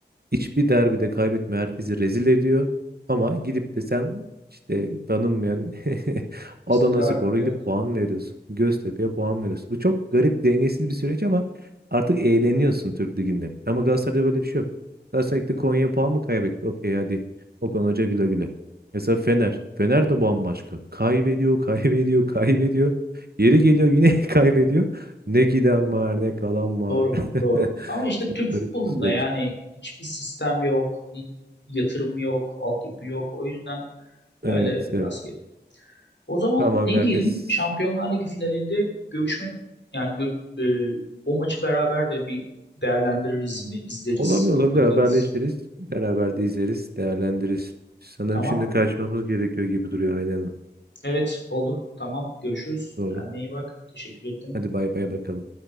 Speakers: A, on the right (about 60°); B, on the left (about 80°).
A: Hiçbir derbide kaybetmiyor. Herkesi rezil ediyor. Ama gidip de sen işte tanınmayan <laughs> Adanaspor'a
B: İstikrar. Evet.
A: gidip puan veriyorsun. Göztepe'ye puan veriyorsun. Bu çok garip, dengesiz bir süreç ama artık eğleniyorsun Türk Ligi'nde. Ama Galatasaray'da böyle bir şey yok. Galatasaray gitti Konya'ya puan mı kaybetti? Okey hadi. Okan Hoca güle güle. Mesela Fener. Fener de bambaşka. Kaybediyor, <laughs> kaybediyor, kaybediyor. Yeri geliyor yine <laughs> kaybediyor. Ne giden var, ne kalan var.
B: Doğru, doğru.
A: <laughs>
B: Ama işte
A: Çok
B: Türk
A: garip
B: futbolunda
A: bir süreç.
B: yani hiçbir sistem yok, bir yatırım yok, altyapı yok. O yüzden
A: Evet,
B: öyle
A: evet.
B: rastgele. O zaman
A: Tamamen
B: ne
A: herkes
B: diyelim? Şampiyonlar Ligi finalinde görüşmek yani gör- e, o maçı beraber de bir değerlendiririz yine, izleriz,
A: olabilir olabilir
B: bakarız.
A: haberleşiriz. Beraber de izleriz, değerlendiririz. Sanırım
B: Tamam.
A: şimdi kaçmamız gerekiyor gibi duruyor aynen.
B: Evet, oldu. Tamam. Görüşürüz.
A: Doğru.
B: Kendine iyi bak. Teşekkür ettim.
A: Hadi bay bay bakalım.